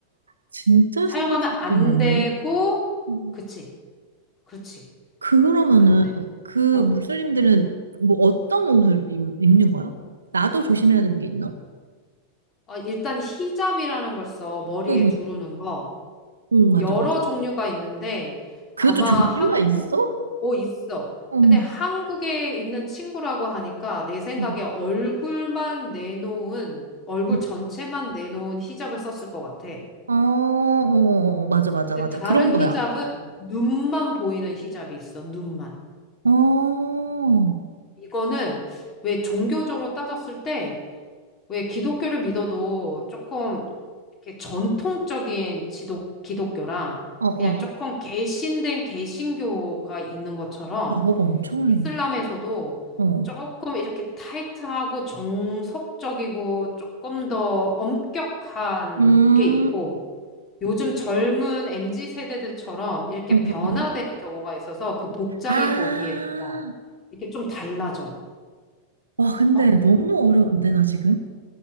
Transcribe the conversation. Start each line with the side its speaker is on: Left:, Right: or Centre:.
Right: 진짜
Left: 사용하면
Right: 신경 쓸
Left: 안
Right: 게 많네.
Left: 되고,
Right: 음.
Left: 그치, 그렇지.
Right: 그러면은
Left: 안 돼.
Right: 그
Left: 어.
Right: 무슬림들은 뭐 어떤 옷을 입, 입는 거야? 나도 조심해야 되는 게 있나?
Left: 아, 일단 히잡이라는 걸 써, 머리에
Right: 응, 응,
Left: 두르는 거.
Right: 응, 맞아,
Left: 여러
Right: 맞아.
Left: 종류가 있는데
Right: 그것도
Left: 아마
Right: 종류가
Left: 한국
Right: 있어?
Left: 어 있어.
Right: 어머,
Left: 근데 한국에 있는 친구라고 하니까 내 생각에
Right: 어,
Left: 얼굴만 내놓은 얼굴
Right: 응.
Left: 전체만 내놓은 히잡을 썼을 것 같아.
Right: 아, 어, 어, 어, 어. 맞아, 맞아,
Left: 근데
Right: 맞아.
Left: 다른
Right: 그런 거야.
Left: 히잡은 눈만 보이는 히잡이 있어. 눈만.
Right: 어, 어,
Left: 이거는 왜 종교적으로 따졌을 때 왜 기독교를 믿어도 조금 이렇게 전통적인 지독 기독교랑
Right: 어, 어.
Left: 그냥 조금 개신된 개신교가 있는 것처럼
Right: 아, 뭐가 엄청 어렵네.
Left: 이슬람에서도
Right: 어.
Left: 조금 이렇게 타이트하고 정석적이고 조금 더 엄격한
Right: 음,
Left: 게 있고 요즘 젊은 MZ 세대들처럼 이렇게
Right: 어, 어,
Left: 변화되는
Right: 어.
Left: 경우가 있어서 그 복장이
Right: 아,
Left: 거기에 나와. 이렇게 좀 달라져.
Right: 와, 근데
Left: 어?
Right: 너무 어려운데, 나 지금?